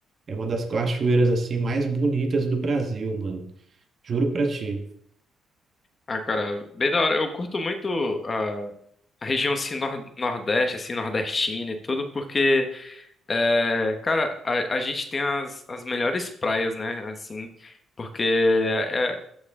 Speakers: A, on the right; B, on the left.
A: É uma das cachoeiras assim mais bonitas do Brasil, mano. Juro pra ti.
B: Ah, cara, bem da hora. Eu curto muito a, a região assim, nor- nordeste, assim, nordestina e tudo, porque, é, cara, a, a gente tem as, as melhores praias, né? Assim, porque é, é,